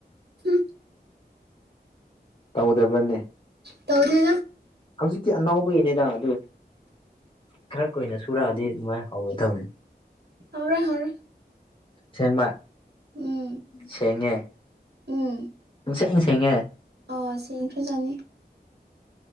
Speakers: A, on the right; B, on the left.
A: ꯍꯨꯝ
B: ꯇꯧꯗꯕꯅꯦ
A: ꯇꯧꯗꯦꯅ
B: ꯍꯧꯖꯤꯛꯇꯤ ꯑꯅꯧꯕꯒꯤꯅꯤꯗ ꯑꯗꯨ ꯈꯔ ꯀꯨꯏꯅ ꯁꯨꯔꯛꯑꯗꯤ ꯑꯗꯨꯃꯥꯏꯅ ꯍꯧꯒꯗꯧꯅꯦ
A: ꯍꯧꯔꯦ ꯍꯧꯔꯦ
B: ꯁꯦꯡꯕ
A: ꯎꯝ
B: ꯁꯦꯡꯉꯦ
A: ꯎꯝ
B: ꯏꯁꯦꯡ ꯁꯦꯡꯉꯦ
A: ꯑ ꯁꯦꯡꯈ꯭ꯔꯖꯥꯅꯤ